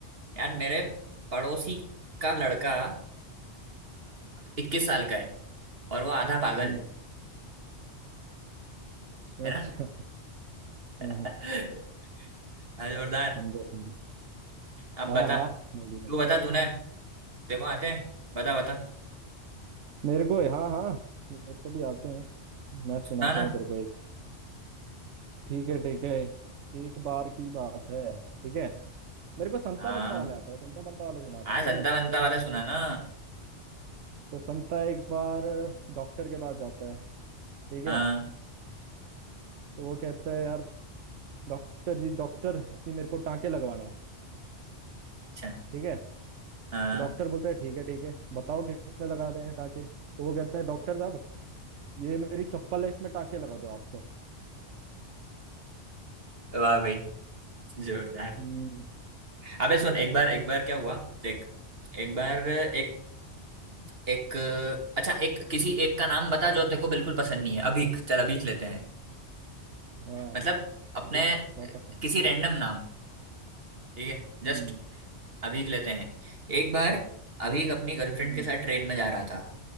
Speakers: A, on the right; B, on the right.
A: यार मेरे पड़ोसी का लड़का इक्कीस साल का है और वो आधा पागल
B: हम्म,
A: है है
B: अच्छा
A: ना
B: <laughs>
A: <laughs>
B: हाँ,
A: हाँ, जोरदार
B: समझो समझो
A: अब
B: हाँ
A: बता
B: हाँ बोलिए
A: तू बता तूने देखो आते हैं बता बता
B: मेरे को हाँ हाँ मेरे को भी आते हैं मैं
A: सुना
B: सुनाता
A: ना
B: हूँ तेरे को एक ठीक है ठीक है एक बार की बात है ठीक है मेरे को संता
A: हाँ
B: बंता वाले आता है संता बंता वाले सुनाता
A: हाँ
B: हूँ
A: संता
B: ठीक है
A: बनता वाला सुना ना
B: तो संता एक बार डॉक्टर के पास जाता है ठीक है
A: हाँ
B: तो वो कहता है यार डॉक्टर जी डॉक्टर कि मेरे को टाँके लगवाने हैं
A: अच्छा
B: ठीक है तो
A: हाँ
B: डॉक्टर बोलता है ठीक है ठीक है बताओ किस में लगा दें टाँके तो वो कहता है डॉक्टर साहब ये मेरी चप्पल है इसमें टाँके लगा दो आप तो
A: वाह भाई जोरदार
B: हम्म
A: अबे सुन एक बार एक बार क्या हुआ देख एक बार एक एक अच्छा एक किसी एक का नाम बता जो तेरे को बिल्कुल पसंद नहीं है अभीक चल अभीक लेते हैं
B: हाँ
A: मतलब अपने
B: अभी बहुत पसंद
A: किसी
B: है
A: रैंडम नाम ठीक है जस्ट
B: हम्म
A: अभीक लेते हैं एक बार अभीक अपनी गर्लफ्रेंड
B: हम्म
A: के साथ ट्रेन में जा रहा था